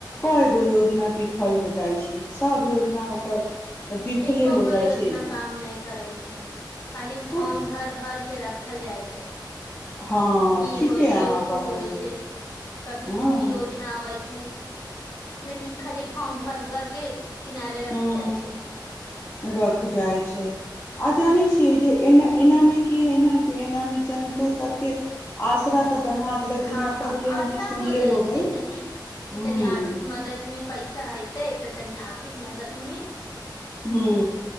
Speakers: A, on the left (about 25°); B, on the left (about 55°).
A: कगो योजना विफल हो जाइ छै सभ योजना ओकर तऽ विफले
B: एकोगो
A: हो जाइ
B: योजना
A: छै
B: काम नहि करै छै खाली
A: तऽ
B: फॉर्म भर भर के रख रखल जाइ छै
A: हँ
B: ई
A: ठीके
B: होइ छै
A: अहाँ
B: ओ
A: कहलियै
B: होइ छै कभी
A: हँ
B: ओ योजना अबै छै लेकिन खाली फॉम भर वर् के किनारे रख
A: ह
B: जाइ छै
A: रख जाइ छै आ जानै छियै जे एना एनामे की हइ ने कि एनामे जनतो सबके आसरा तऽ बन्हा देलक जेना
B: हँ हँ
A: पहिले
B: आसरा
A: अहाँ सुनले
B: हो जाइ
A: होबै
B: छै तनि कि
A: हूँ
B: तनि आर्थिक मदद मे पैसा ऐतै तऽ तनी आर्थिक मददमे
A: ह